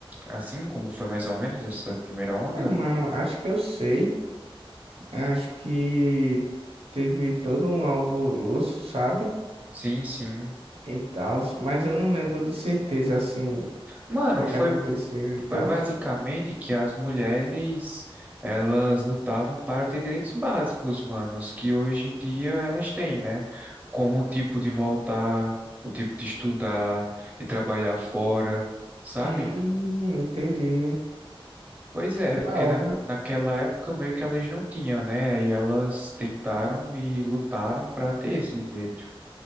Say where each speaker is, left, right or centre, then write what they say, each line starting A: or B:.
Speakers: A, on the right (about 15°); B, on the right (about 85°).
A: assim como foi mais ou menos essa primeira onda?
B: Ah, mano, acho que eu sei. Acho que teve todo um alvoroço, sabe?
A: Sim, sim.
B: E tal, mas eu não lembro de certeza, assim. o
A: Mano,
B: que é
A: foi,
B: que aconteceu e tal.
A: foi basicamente que as mulheres, elas lutavam para ter direitos básicos, manos, que hoje em dia elas têm, né? Como o tipo de voltar, o tipo de estudar e trabalhar fora, sabe?
B: Hum, entendi.
A: Pois
B: Que
A: é,
B: da
A: porque
B: hora.
A: na, naquela época meio que elas não tinham, né? Aí elas tentaram e lutaram para ter esse direito.